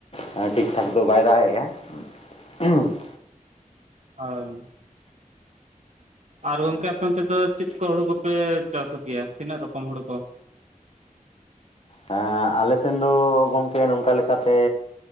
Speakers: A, on the left (about 45°); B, on the right (about 55°).
A: ᱠᱷᱟᱱ ᱴᱷᱤᱠ ᱴᱷᱟᱠ ᱫᱚ ᱵᱟᱭ ᱫᱟᱜ ᱮᱼᱟ ᱾ ᱦᱩᱸ <unintelligible>
B: ᱟ-ᱨ-ᱢ ᱾ ᱟᱨ ᱜᱚᱝᱠᱮ ᱟᱯᱮ ᱚᱱᱛᱮ ᱫᱚ ᱪᱮᱫ ᱠᱚ ᱦᱩᱲᱩ ᱠᱚᱯᱮ ᱪᱟᱥ ᱠᱮᱭᱟ ᱛᱤᱱᱟᱹᱜ ᱨᱚᱠᱚᱢ ᱦᱩᱲᱩ ᱠᱚ?
A: ᱦᱮᱸ ᱟᱞᱮ ᱥᱮᱱ ᱫᱚ ᱜᱚᱢᱠᱮ ᱱᱚᱝᱠᱟ ᱞᱮᱠᱟᱛᱮ